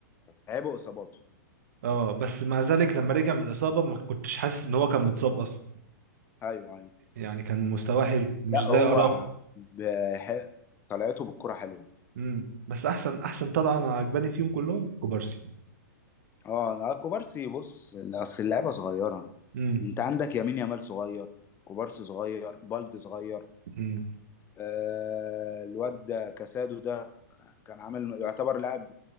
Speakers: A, on the left; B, on the right.
A: عيبه اصاباته
B: اه بس مع ذلك لما رجع من الاصابه ما كنتش حاسس ان هو كان متصاب اصلا
A: ايوه ايوه
B: يعني كان مستواه حلو مش
A: لا
B: زي
A: هو
B: اراخو
A: بح... طلعته بالكرة حلوة
B: امم بس احسن احسن طلعه انا عجباني فيهم كلهم كوبارسي
A: اه لا، كوبارسي بص اصل اللعبة صغيرة
B: امم
A: انت عندك يمين يامال صغير كوبارسي صغير بالدي صغير
B: امم
A: آه الواد ده كاسادو ده كان عامل يعتبر لاعب